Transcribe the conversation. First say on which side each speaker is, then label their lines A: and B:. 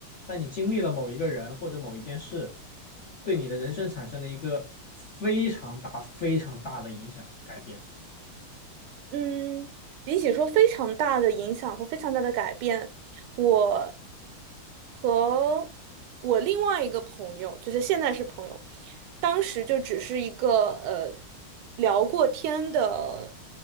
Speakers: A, on the left; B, on the right.
A: 但你经历了某一个人或者某一件事，对你的人生产生了一个非常大、非常大的影响改变，
B: 嗯，比起说非常大的影响和非常大的改变，我。和我另外一个朋友，就是现在是朋友，当时就只是一个呃聊过天的